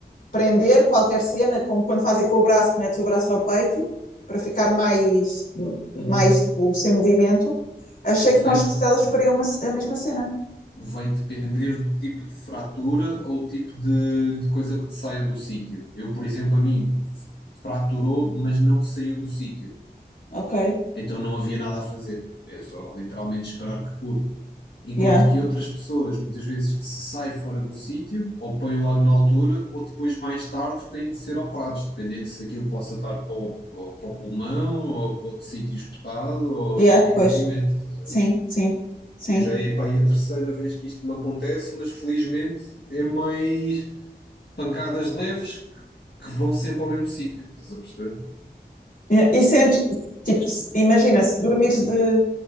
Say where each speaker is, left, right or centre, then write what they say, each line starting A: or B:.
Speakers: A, on the left (about 55°); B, on the left (about 70°).
A: prender qualquer cena, como quando fazem com o braço, que metes o braço ao peito, para ficar mais, mais
B: Uhum.
A: tipo, sem movimento. Achei
B: Vai,
A: que com as
B: de-
A: costelas faria uma, a mesma cena.
B: vai depender do tipo de fratura ou tipo de, de coisa que te saia do sítio. Eu, por exemplo, a mim fraturou, mas não saiu do sítio.
A: Ok,
B: Então não havia nada a fazer. É só literalmente esperar que cure. Enquanto
A: yeah,
B: que outras pessoas, muitas vezes, se sai fora do sítio, ou põem logo na altura, ou depois, mais tarde, têm de ser operados, dependendo se aquilo possa estar para o, para o- pulmão, ou para outro sítio espetado, ou
A: yeah,
B: impedir
A: pois,
B: o movimento. Estás a
A: sim,
B: ver?
A: sim, sim.
B: Eu já é, pá, aí a terceira vez que isto me acontece, mas felizmente é mais pancadas leves que, que vão sempre ao mesmo sítio. Estás a perceber?
A: Yeah. E sentes, tipo, se- imagina, se dormires de,